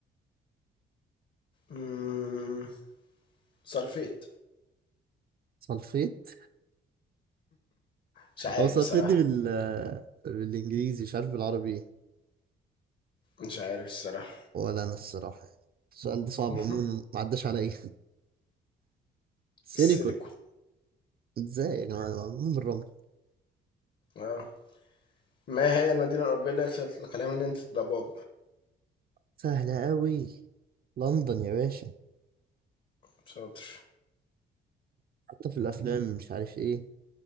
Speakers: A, on the left; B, on the right.
A: امم سلفيت
B: سلفيت
A: مش عارف
B: هو سلفيت
A: بصراحة
B: دي بال آه، بالإنجليزي مش عارف بالعربي ايه
A: مش عارف الصراحة
B: ولا أنا الصراحة يعني السؤال ده صعب
A: <laughs>
B: عموما ما عداش عليا <laughs> سيليكون
A: السيليكون
B: ازاي يا جماعة ده معمول من الرمل
A: اه ما هي المدينة الأوروبية التي يطلق عليها مدينة الضباب؟
B: سهلة أوي لندن يا باشا
A: شاطر
B: حتى في الأفلام مش عارف ايه